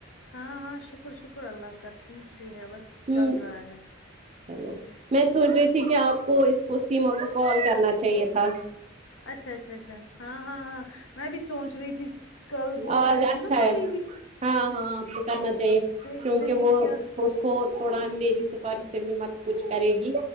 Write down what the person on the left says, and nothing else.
ہاں ہاں شکر شکر اللہ کا ٹھیک ہی ہے بس
چل رہا ہے
اچھا اچھا اچھا ہاں ہاں ہاں میں بھی سوچ رہی تھی کل بول
رہی تھی
نا ممی
بھی
اب دیکھتے
ہیں
کیا